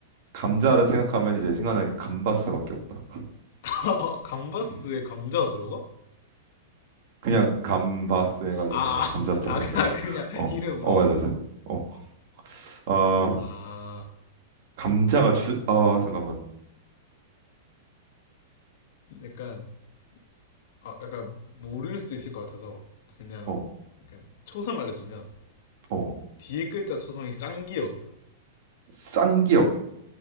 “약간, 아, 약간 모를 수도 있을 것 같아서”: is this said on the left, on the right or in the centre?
Left